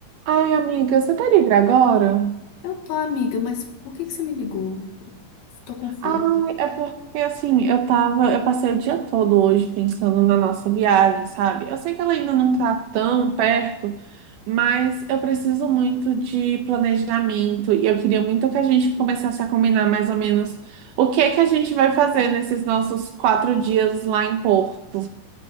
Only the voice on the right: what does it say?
Ai, amiga, você tá livre agora?
Ai, é porque assim, eu tava, eu passei o dia todo hoje pensando na nossa viagem, sabe? Eu sei que ela ainda não tá tão perto, mas eu preciso muito de planejamento e eu queria muito que a gente começasse a combinar mais ou menos o que é que a gente vai fazer nesses nossos quatro dias lá em Porto.